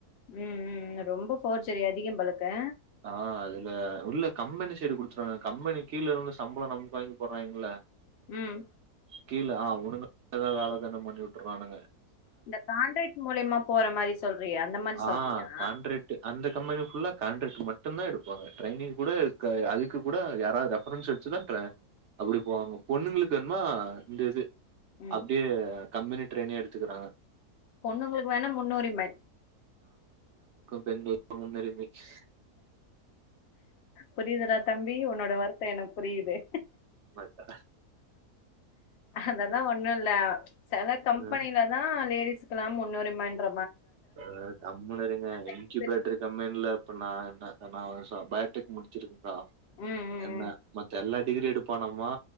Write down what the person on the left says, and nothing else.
உம் உம் ரொம்ப போர் செரி அதிக பலுக்கு
உம்
இந்த காண்ரேட் மூலியமா போற மாரி சொல்றியா அந்த மாரி சொல்றியா
ம்
பொண்ணுங்களுக்கு வேணா முன்னுரிமை
புரியதரா தம் <unintelligible> உன்னோட வருத்த என புரீயுது
அதல்லான் ஒண்ணும் இல்ல சில
கம்பெனில தான் லேடிஸ் லாம் முன்னுரிமை என்ற
ரெண்டு பேர்
ம் ம்